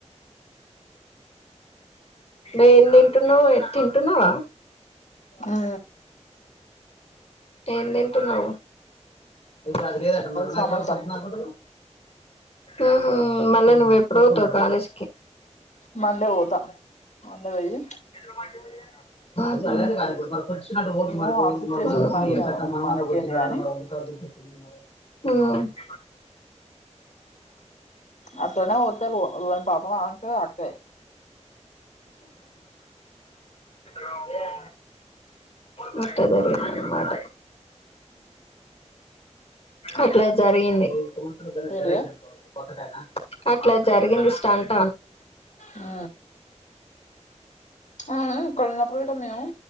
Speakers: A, on the left; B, on the left.
A: ఎ తింటునవ్ ఎ తింటున్నావా
B: ఆ
A: ఏందింట అ చదిలేద అంటున్నారుకరా
B: సమోసా
A: ప నకుంట ఉమ్ ఉహ్ మల్ల నువు ఎప్పుడు పోతావ్ కాలేజ
B: మండే పోతా ఉంద భయి
A: ఊహూ ఉమ్
B: ఏమో ఆ సిచ్యువేషన్ మనకి
A: ఉహ్
B: మనకేంది గాని
A: ఉమ్
B: అప్పున్న తర్ పాప అక అక్క
A: అ మట్ట దరి మాట అట్లా సరింది త
B: ఏంటిది
A: గణేష్ అనుకోవు అట్లా జరిగింది స్టాంట్
B: ఆ అవు ఇక్కడ ఉన్నప్పుడు కూడా మేము